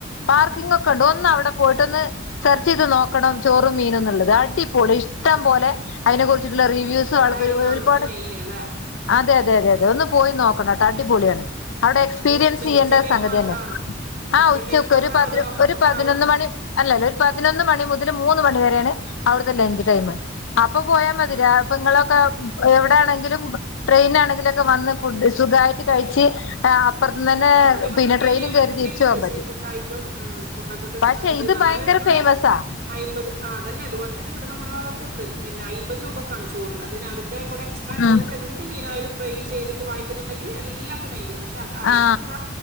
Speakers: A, on the left; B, on the right.
A: പാർക്കിംഗ് ഒക്കെ ഉണ്ട് ഒന്ന് അവടെ പോയിട്ടൊന്ന് സെർച്ച് ചെയ്ത് നോക്കണം ചോറും മീനുന്നുള്ളത് അടി പൊളി ഇഷ്ടം
B: ആ,
A: പോലെ അയിന കുർ ച്ചിട്ട്ള്ള റിവ്യൂസോള്
B: അതായിരിക്കും അവിടുത്തെ
A: ഒരുപാട്
B: മെയിൻ അല്ലെ
A: അതേ അതേ അതേ ഒന്ന് പോയി നോക്കണട്ടോ
B: ഉം,
A: അടിപൊളിയാണ് അവിടെ
B: ഉം.
A: എക്സ്പീരിയൻസ്
B: അപ്പൊ ഈ ഉച്ച
A: ചെയ്യണ്ട
B: ഉച്ച ടൈം
A: സംഗത്യന്നെ.
B: മാത്രമാണോ
A: ആ
B: ഉച്ച
A: ഉച്ചക്ക്
B: ടൈം മാത്രമാണോ
A: ഒരു പതിനൊ
B: അതോ
A: ഒരു
B: ഓപ്പൺ
A: പതിനൊന്നു
B: ആവുക
A: മണി അല്ലല്ലാ ഒരു പതിനൊന്ന് മണി മുതൽ മൂന്ന് മണി വരെ വരേണ് അവ്ട് ത്തെ ലഞ്ച് ടൈം. അപ്പൊ പോയാ മതി
B: ആ
A: രാ ഇപ്പങ്ങളെ എവിടെ ആണെങ്കിലും ട്രെയിനാണെങ്കിലും ഒക്കെ വന്ന് ഫുഡ് സുഖായിട്ട് കഴിച്ച് അപ്പുറത്ത് തന്നെ
B: ആ നമ്മുടെ ഇവിടെയൊക്കെ
A: പിന്നെ ട്രെയിനും
B: എരിയേല്
A: കയറി
B: ഇണ്ടൊക്കെയുണ്ട്
A: തിരിച്ചു പോകാൻ
B: സീ
A: പറ്റും
B: ഫുഡ് ഐറ്റം ഉം ഫുഡൊക്കെ കിട്ടുന്നത്ണ്ട്
A: പക്ഷെ ഇത്
B: നമ്മളെ
A: ഭയങ്കര
B: എവിടെ
A: ഫേമസാ
B: അയിമ്പത് ആ അതന്നെ അതുപോലെ തന്നെ ഇവിടെ നമ്മുടെ ഭാഗത്തുണ്ട് പിന്നെ അയിമ്പത് രൂപക്കാണ് ചോറ് അതിന് അത് ൻ്റെ കൂടെ എക്സ്ട്രാ എന്തെ
A: ഉം
B: എന്ത് മീനായാലും ഫ്രൈ ചെയ്ത് റ്റ് വാങ്ങിക്കുന്നൊണ്ട് ഇ എല്ലാത്തിനും അയിമ്പത് പക്ഷെ അത് അയിക്കൂറ
A: ആ